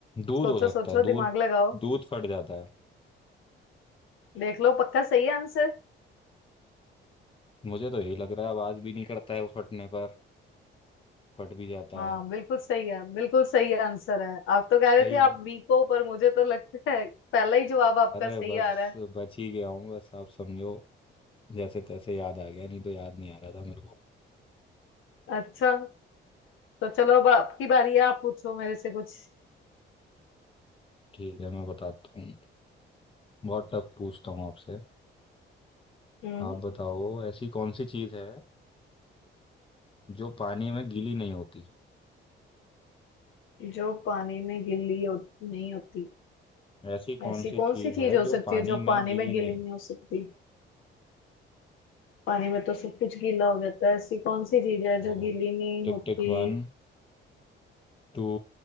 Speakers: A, on the left (about 25°); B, on the left (about 85°).
A: दूध
B: सोचो
A: हो सकता
B: सोचो
A: है दूध
B: दिमाग लगाओ
A: दूध फट जाता है
B: देख लो पक्का सही है आंसर
A: मुझे तो यही लग रहा है आवाज भी नहीं करता है वो फटने पर फट भी जाता
B: हाँ
A: है
B: बिल्कुल सही है बिल्कुल सही आंसर है आप तो कह रहे
A: सही
B: थे
A: है
B: आप वीक हो पर मुझे तो लगता है पहला ही जवाब आपका
A: अरे
B: सही
A: बस
B: आ रहा है
A: बच ही गया हूँ बस आप समझो जैसे तैसे याद आ गया नहीं तो याद नहीं आ रहा था मेरे को
B: अच्छा तो चलो अब आपकी बारी है आप पूछो मेरे से कुछ
A: ठीक है मैं बताता हूँ बहुत टफ पूछता हूँ आपसे
B: हम्म
A: आप बताओ ऐसी कौन सी चीज है जो पानी में गीली नहीं होती
B: जो पानी में गिल्ली हो, नहीं होती
A: ऐसी कौन
B: ऐसी
A: सी
B: कौन
A: चीज
B: सी चीज
A: है
B: हो
A: जो
B: सकती
A: पानी
B: है जो
A: में
B: पानी
A: गीली
B: में गीली
A: नहीं
B: नहीं
A: होती
B: हो सकती पानी में तो सब कुछ गीला हो जाता है ऐसी कौन सी चीज है
A: तो
B: जो गीली नहीं
A: tick
B: होती
A: tick one two